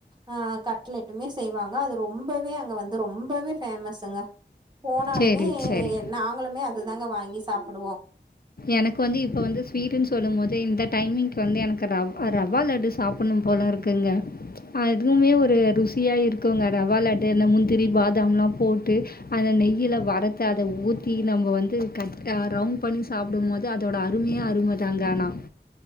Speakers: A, on the right; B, on the left.
A: ஆ கட்லெட்டுமே செய்வாங்க அது ரொம்பவே அங்க வந்து ரொம்பவே ஃபேமஸுங்க. போனாலுமே
B: சரி, சரி.
A: நாங்களுமே அதுதாங்க வாங் கி சாப்டுவோ.
B: எனக்கு வந்து இப்ப வந்து ஸ்வீட்டுன் சொல்லும் போதே இந்த டைமிங்க்கு வந்து எனக்கு ரவ் அ ரவா லட்டு சாப்பட்ணு போல இருக்குங்க. அதுமே ஒரு ருசியா இருக்குங்க ரவா லட்டு அந்த முந்திரி பாதாம்லா போட்டு அந்த நெய்யில வறுத்து அத ஊத்தி நம்ப வந்து கட் ஆ ரவுண்ட் சாப்டும்போது அதோட அருமையே அருமதாங்க ஆனா.